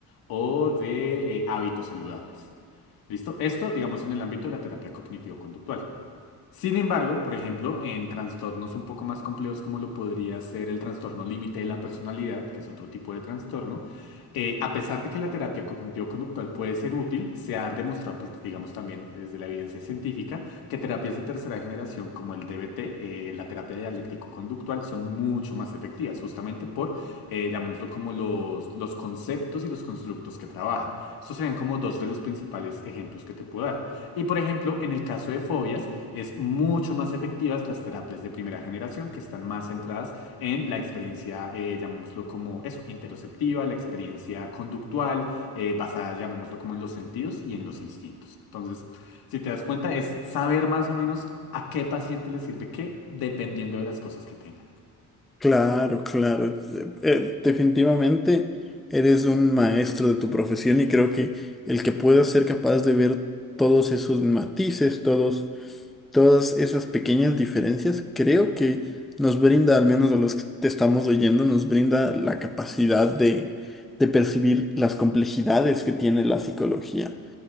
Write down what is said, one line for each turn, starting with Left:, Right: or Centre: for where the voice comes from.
Left: o de eh, hábitos saludables. ¿Listo? Esto, digamos, en el ámbito de la terapia cognitivo-conductual. Sin embargo, por ejemplo, en trastornos un poco más complejos como lo podría ser el trastorno límite de la personalidad, que es otro tipo de trastorno, eh, a pesar de que la terapia cognitivo-conductual puede ser útil, se ha demostrado, pues digamos también desde la evidencia científica, que terapias de tercera generación como el DBT, eh, la terapia dialéctico-conductual, son mucho más efectivas, justamente por, eh, llamémoslo como los, los conceptos y los constructos que trabaja. Estos serían como dos de los principales ejemplos que te puedo dar. Y por ejemplo, en el caso de fobias, es mucho más efectivas las terapias de primera generación que están más centradas en la experiencia, eh, llamémoslo como eso, interoceptiva, la experiencia conductual, eh, basada, llamémoslo como en los sentidos y en los instintos. Entonces, si te das cuenta, es saber más o menos a qué paciente le sirve qué, dependiendo de las cosas que tenga.
Centre: Claro, claro. Eh, eh, definitivamente eres un maestro de tu profesión y creo que el que pueda ser capaz de ver todos esos matices, todos, todas esas pequeñas diferencias, creo que nos brinda, al menos a los que te estamos oyendo, nos brinda la capacidad de, de percibir las complejidades que tiene la psicología.